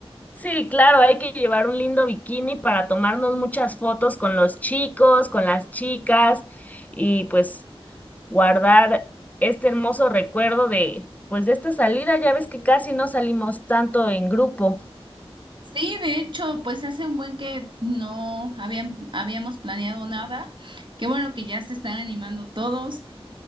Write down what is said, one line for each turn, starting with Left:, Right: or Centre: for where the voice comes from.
Left: Sí, claro, hay que llevar un lindo bikini para tomarnos muchas fotos con los chicos, con las chicas y pues guardar este hermoso recuerdo de, pues de esta salida. Ya ves que casi no salimos tanto en grupo.
Right: Sí, de hecho, pues hace un buen que no habían, habíamos planeado nada. Qué bueno que ya se están animando todos,